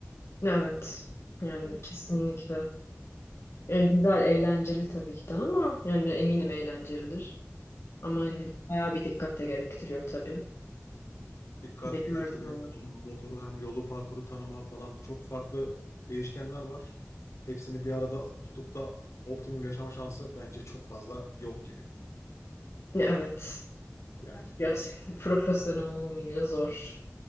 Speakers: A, on the left (about 60°); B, on the left (about 75°).
A: Evet. Yani
B: Yani
A: kesinlikle. Yani güzel, eğlenceli tabii ki de ama yani eminim eğlencelidir. Ama hani bayağı bir dikkat de gerektiriyor tabii.
B: dikkat,
A: Bir de görmüyorlar.
B: tecrübe, motoru hem yolu, parkuru tanıma falan çok farklı değişkenler var. Hepsini bir arada tutup da optimum yaşama şansı bence çok fazla yok gibi.
A: Evet.
B: Yani.
A: Gerçekten <laughs> profesyonel olmayınca zor.